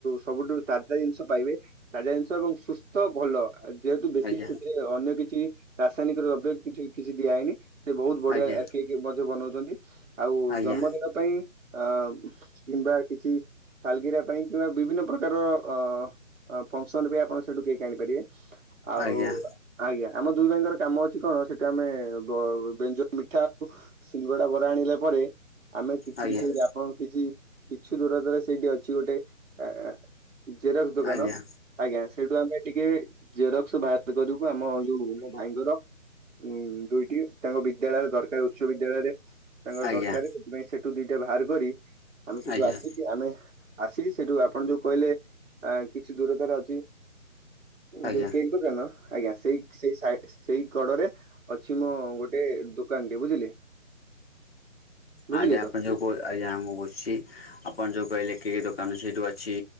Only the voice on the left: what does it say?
ଆଜ୍ଞା
ଆଜ୍ଞା
ଆଜ୍ଞା
ଆଜ୍ଞା
ଆଜ୍ଞା ଆଜ୍ଞା
ଆଜ୍ଞା
ଆଜ୍ଞା
ଆଜ୍ଞା
ଆଜ୍ଞା
ଆଜ୍ଞା
ଆପଣ ଯୋଉ କ ଆଜ୍ଞା ମୁଁ ବସିଛି। ଆପଣ ଯୋଉ କହିଲେ କି କି ଦୋକାନଛି ସେଇଠୁ ଅଛି।